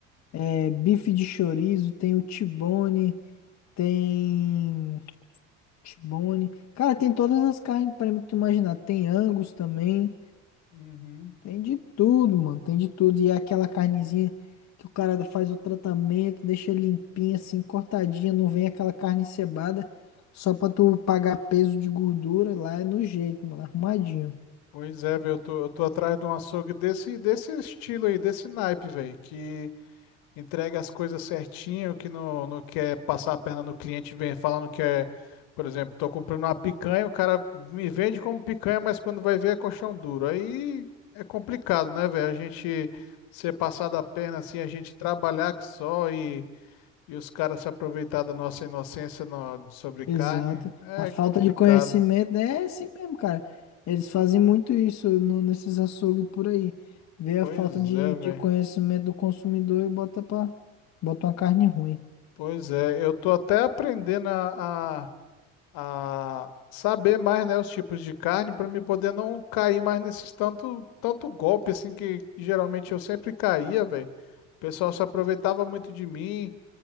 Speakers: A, on the left; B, on the left.
A: é, bife de chorizo, tem o tibone, tem T-bone. Cara, tem todas as carnes para mim que tu imaginar. Tem Angus também.
B: Uhum.
A: Tem de tudo, mano. Tem de tudo. E é aquela carnezinha que o cara faz o tratamento, deixa limpinha, assim, cortadinha. Não vem aquela carne encebada só pra tu pagar peso de gordura. Lá é no jeito, mano. Arrumadinho.
B: Pois é, velho, eu tô, eu tô atrás de um açougue desse, desse estilo aí, desse naipe, velho, que entrega as coisas certinho, que não, não quer passar a perna no cliente, vem falando que é, por exemplo, tô comprando uma picanha, o cara me vende como picanha, mas quando vai ver é colchão duro. Aí é complicado, né, velho? A gente ser passado a perna assim, a gente trabalhar que só e E os caras se aproveitar da nossa inocência no- sobre
A: Exato.
B: carne é
A: A falta
B: complicado.
A: de conhecimento é assim mesmo, cara. Eles fazem muito isso no- nesses açougues por aí. Vê
B: Pois
A: a falta de,
B: é, velho.
A: de conhecimento do consumidor e bota pra, bota uma carne ruim.
B: Pois é. Eu tô até aprendendo a, a, a saber mais, né, os tipos de carne para me poder não cair mais nesses tanto, tanto golpe assim que geralmente eu sempre caía, velho. O pessoal se aproveitava muito de mim,